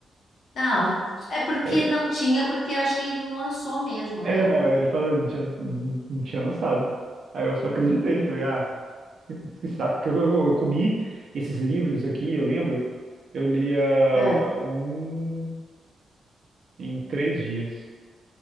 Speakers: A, on the left (about 55°); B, on the right (about 55°).
A: Não, é porque
B: Aí eu,
A: não tinha, porque acho que não lançou mesmo,
B: é,
A: né?
B: não, é, ele falou que não tinha, não- não tinha lançado. Aí eu só acreditei, falei, ah, que, que saco. Eu, eu- eu comi esses livros aqui, eu lembro, eu lia
A: É.
B: um em três dias.